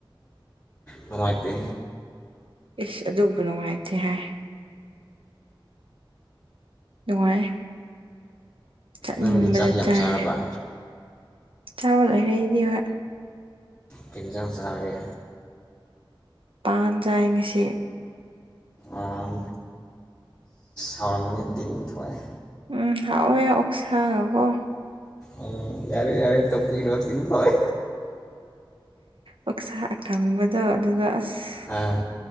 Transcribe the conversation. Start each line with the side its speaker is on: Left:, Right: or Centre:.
Left: ꯅꯨꯉꯥꯏꯇꯦ
Right: ꯏꯁ ꯑꯗꯨꯕꯨ ꯅꯨꯡꯉꯥꯏꯇꯦ ꯍꯥꯏ ꯅꯨꯡꯉꯥꯏ ꯆꯠꯅꯤꯡꯕꯗ
Left: ꯅꯪꯗꯤ ꯆꯥꯛ ꯌꯥꯝ
Right: ꯆꯥꯏ
Left: ꯆꯥꯔꯕ
Right: ꯆꯥꯕ ꯂꯣꯏꯔꯦ ꯑꯩꯗꯤ ꯍꯣꯏ
Left: ꯀꯩ ꯏꯟꯖꯥꯡ ꯆꯥꯔꯒꯦ
Right: ꯄꯥꯟꯖꯥꯏ ꯉꯁꯤ
Left: ꯥꯎꯝ ꯍꯥꯎꯔꯝꯕꯅꯤ ꯇꯤꯟ ꯊꯣꯛꯑꯦ
Right: ꯎꯝ ꯍꯥꯎꯋꯦ ꯑꯣꯛꯁꯥꯒꯀꯣ
Left: ꯎꯝ ꯌꯥꯔꯦ ꯌꯥꯔꯦ ꯇꯧꯕꯄꯤꯔꯣ ꯇꯤꯟ ꯐꯣꯏ
Right: ꯑꯣꯛꯁꯥ ꯑꯀꯥꯡꯕꯗꯣ ꯑꯗꯨꯗ ꯑꯁ
Left: ꯑꯥ